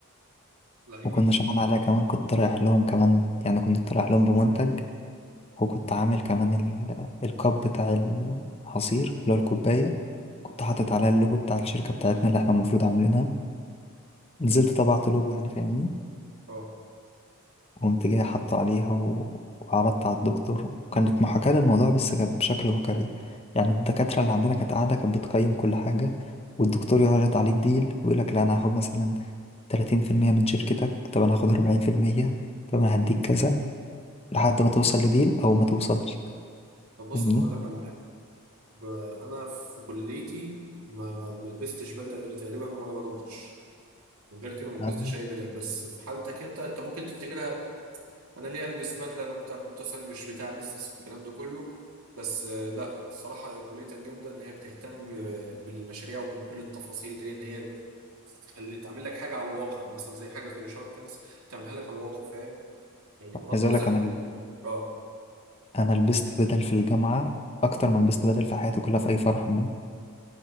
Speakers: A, on the right; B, on the left.
A: لا جديد
B: وكنا شغالين عليها كمان كنت رايح لهم كمان يعني كنت رايح لهم بمنتج وكنت عامل كمان ال- الكاب بتاع العصير اللي هو الكوباية كنت حاطط عليها اللوجو بتاع الشركة بتاعتنا اللي احنا المفروض عاملينها نزلت طبعت لوجو يعني فاهمني
A: اه
B: قمت جاي حاطه عليها و... وعرضت على الدكتور وكانت محاكاة للموضوع بس كانت بشكل واقعي يعني الدكاترة اللي عندنا كانت قاعدة كانت بتقيم كل حاجة والدكتور يعرض عليك ديل ويقول لك لا أنا هاخد مثلا 30% من شركتك طب أنا هاخد 40% طب أنا هديك كذا لحد ما توصل لديل أو ما توصلش
A: طب بص
B: فاهمني؟
A: انا اقول لك على حاجه ب... انا في كليتي ما ما لبستش بدله غير تقريبا وانا بناقش غير كده ما لبستش
B: أنا
A: اي بدل بس في حالتك انت انت ممكن تفتكرها انا ليه البس بدله انا بتاع كمبيوتر ساينس مش بتاع بيزنس والكلام ده كله بس آه، لا الصراحه كليه الجامده ان هي بتهتم آه، بالمشاريع وبكل التفاصيل دي ان هي تخلي تعمل لك حاجه على الواقع يعني مثلا زي حاجه زي شارك تانكس تعملها لك على الواقع فاهم يعني بغض
B: عايز
A: النظر
B: أقول لك أنا
A: اه
B: أنا لبست بدل في الجامعة أكتر ما لبست بدل في حياتي كلها في أي فرح عموما